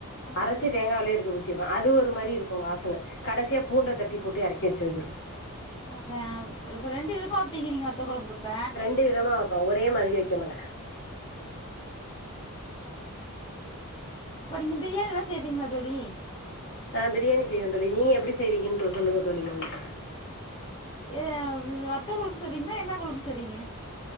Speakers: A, on the left; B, on the left.
A: ஆ
B: அரைச்சி தேங்காலயே எடுத்து ஊத்திருவே அது ஒரு மாரி இருக்கூ வாசன கடைசியா பூண்ட தட்டி போட்டு எறக்கி வச்சுரு
A: ப்ப ரெண்டு விதமா வப்பீங்க நீங்க வத்த குழம்ப அப்ப
B: ண்டு விதமா வப்பே ஒரே மாதிரி வெக்க மாட்டே
A: இப்ப நீங்க பிரியாணிலா செய்வீங்களா தோழி
B: ஆ பிரியாணி செய்வே தோழி நீங்க எப்டி செய்வீங்கன் சொ சொல்லுங்க தோழி மொதல மொதல்ல
A: ஏவ் வத்த கொழம்பு சொறீங்ளா என்ன கொழம்பு சொறீங்க